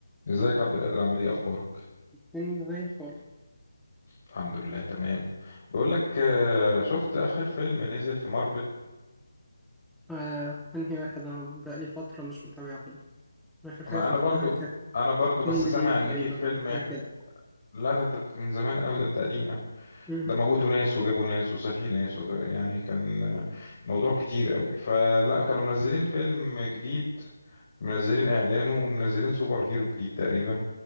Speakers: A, on the left; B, in the centre.
A: ازيك يا عبد القادر عامل ايه اخبارك
B: مني زي الفل
A: الحمد لله تمام بقول لك آه، شفت اخر فيلم نزل في مارفل
B: آه أنهي واحد أنا بقالي فترة مش متابعهم آخر حاجة
A: ما
B: شفتها
A: انا برضو
B: كانت
A: انا برضو بس
B: إند
A: سامع
B: جيم
A: ان
B: تقريبا
A: في فيلم
B: ولا حاجة كده
A: لا ده انت بت- من زمان قوي ده انت قديم قوي
B: مم.
A: ده موتوا ناس وجابوا ناس وصحي ناس وف... يعني كان آه، موضوع كتير قوي فلا كانوا منزلين فيلم جديد منزلين اعلانه ومنزلين سوبر هيرو جديد تقريبا